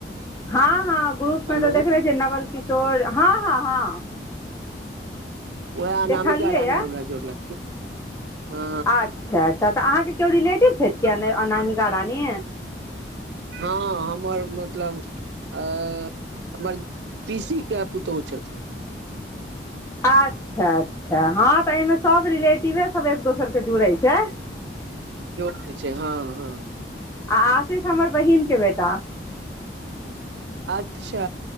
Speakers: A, on the left (about 15°); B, on the right (about 75°).
A: हँ हँ ग्रुप
B: हेलो
A: मे तऽ देखनेे छ नवल किशोर हँ हँ हँ
B: उएह अनामिका
A: देखलिए
B: रानी
A: या
B: हमरा जोड़लखिन हँ
A: अच्छा अच्छा त अहाँ के ओ रिलेटिव छैथ कि अन अनामिका रानी
B: हँ हमर मतलब अ हमर पीसी के पुतोह छथिन
A: आच्छा अच्छा हँ तऽ एहिमे सब रिलेटिवे सब एक दोसरके जुड़ैत छै ह <unintelligible>
B: जोड़ै छै हँ हँ
A: आ आसिष हमर बहिनक के बेटा
B: अच्छा